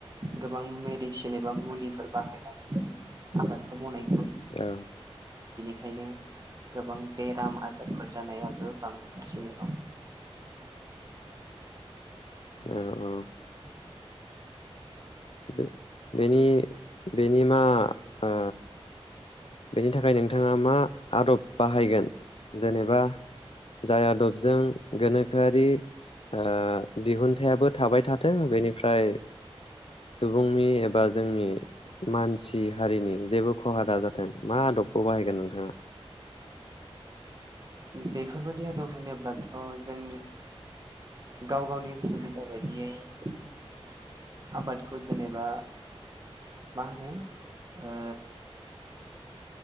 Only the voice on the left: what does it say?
औ
औ औ
बे-बेनि बेनि मा ओ बेनि थाखाय नोंथाङा मा आदब बाहायगोन जेनेबा जाय आदबजों गोनोखोआरि ओ दिहुनथायाइाबो थाबाय थाथों बेनिफ्राय सुबुं नि एबा जोंनि मानसि हारिनि जेबो खहा दाजाथो मा आदबखौ हाय गोन नोंथाङा